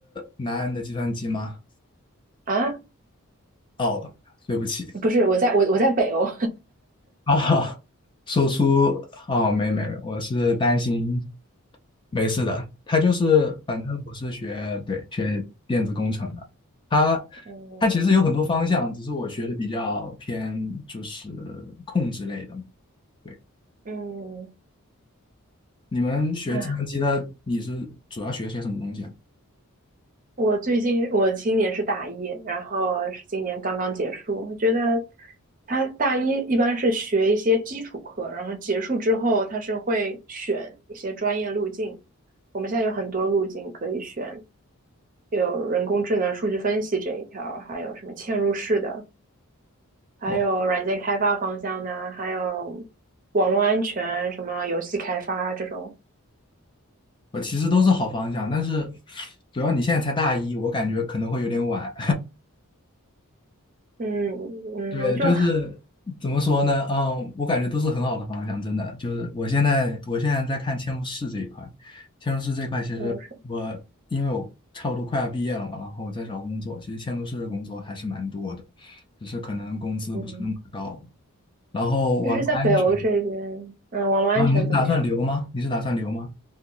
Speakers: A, on the left; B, on the right.
A: 南安的计算机吗？
B: 啊，
A: 哦，对不起
B: 不是，我在我我在北欧。
A: 啊，说出哦，没没没，我是担心，没事的。他就是，反正我是学对学电子工程的，他
B: <laughs>
A: 他其实有很多方向，只是我学的比较偏就是控制类的嘛。对，
B: 嗯嗯。
A: 你们学计算机的，
B: 啊。
A: 你是主要学些什么东西啊？
B: 我最近我今年是大一，然后是今年刚刚结束。我觉得他大一一般是学一些基础课，然后结束之后他是会选一些专业路径。我们现在有很多路径可以选，有人工智能、数据分析这一条，还有什么嵌入式的，还有软件开发方向的，
A: 我
B: 还有网络安全、什么游戏开发这种。
A: 我其实都是好方向，但是主要你现在才大一，我感觉可能会有点晚。
B: 嗯
A: 对，
B: 嗯，就很
A: 就是怎么说呢？嗯，我感觉都是很好的方向，真的。就是我现在，我现在在看嵌入式这一块，嵌入式这一块，其实我因为我差不多快要毕业了嘛，
B: 嵌入式，
A: 然后我在找工作，其实嵌入式的工作还是蛮多的，只是可能工资不是那么高。
B: 嗯
A: 然后网络安全，
B: 就是在北欧这边，嗯，网络安全怎么样？
A: 啊，你是打算留吗？你是打算留吗？